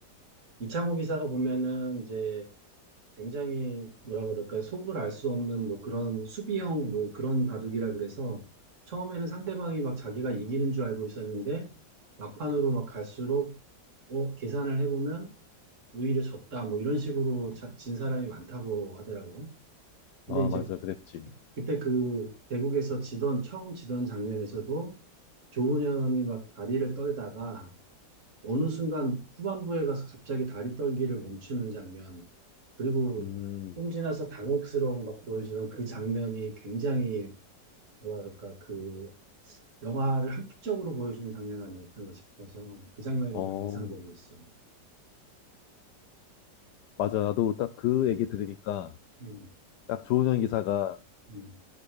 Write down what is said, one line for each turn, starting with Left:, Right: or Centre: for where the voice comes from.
Right: 이창호 기사가 보면은 이제 굉장히 뭐라 그럴까 속을 알 수 없는 뭐 그런 수비형 뭐 그런 바둑이라 그래서 처음에는 상대방이 막 자기가 이기는 줄 알고 있었는데 막판으로 막 갈수록 어 계산을 해보면 오히려 졌다 뭐 이런 식으로 자- 진 사람이 많다고 하더라고. 근데
Left: 아,
Right: 이제
Left: 맞아, 그랬지.
Right: 그때 그 대국에서 지던 처음 지던 장면에서도 조훈현이 막 다리를 떨다가 어느 순간 후반부에 가서 갑자기 다리 떨기를 멈추는 장면, 그리고
Left: 음,
Right: 좀 지나서 당혹스러움 막 보여주던 그 장면이 굉장히, 뭐랄까, 그 영화를 한편적으로 보여주는 장면 아니었던가 싶어서 그 장면이
Left: 어,
Right: 좀 인상적이었어.
Left: 맞아. 나도 딱 그 얘기 들으니까
Right: 음,
Left: 딱 조은현 기사가
Right: 음.